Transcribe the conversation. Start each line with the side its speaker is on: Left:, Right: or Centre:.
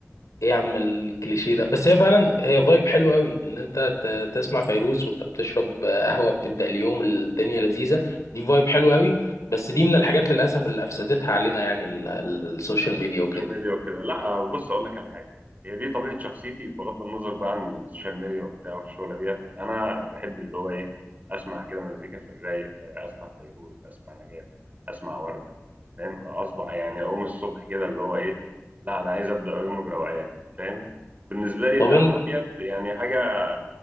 Left: ايه يا عم الكليشيه ده بس هي فعلا هي فايب حلو قوي ان انت ت- تسمع فيروز وانت بتشرب قهوه بتبدا اليوم الدنيا لذيذه دي فايب حلو قوي بس دي من الحاجات للاسف اللي افسدتها علينا يعني ال- ال- السوشيال ميديا وكده
Right: السوشيال ميديا وكده لا بص اقول لك على حاجه هي دي طبيعه شخصيتي بغض النظر بقى عن السوشيال ميديا وبتاع والشغله ديت انا بحب اللي هو ايه اسمع كده مزيكا في الرايق اسمع فيروز اسمع نجاة اسمع ورده فاهم اصبح يعني اقوم الصبح كده اللي هو ايه لا انا عايز ابدا يومي بروقان فاهم وبالنسبه لي
Left: طب
Right: القهوه
Left: انت
Right: ديت يعني حاجه